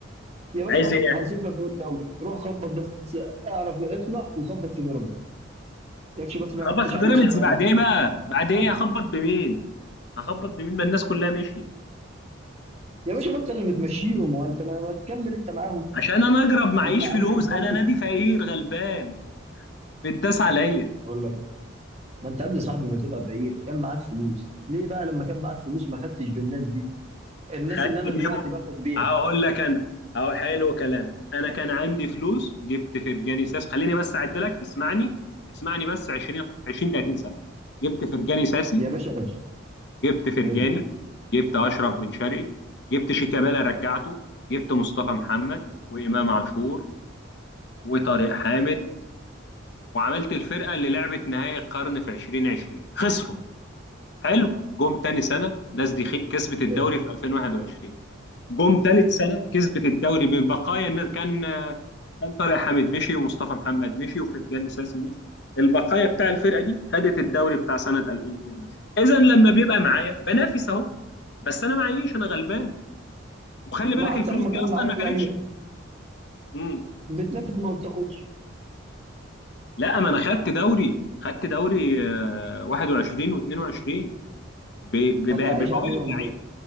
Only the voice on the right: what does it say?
يا باشا
اهو
هنسيب لك اهو الدوري روح خبط بس اعرف اطلع وخبط في بيراميدز يكفي بس ما
يحطش
عليك
شبه
ما
احنا بنحط
عليك
يا باشا ما انت اللي بتمشيهم وانت ما, ما تكمل انت معاهم
وعاملهم
كويس
اقول لك ما انت قبل يا صاحبي ما تبقى فقير كان معاك فلوس ليه بقى لما كان معاك فلوس ما خدتش بالناس دي الناس
اللي انا
دلوقتي باخد بيها
يا باشا ماشي
حلو
حلو
ما حتى
لما
كان معاك
يعني
بتنافس ما بتاخدش
فانت عايش عليهم
دول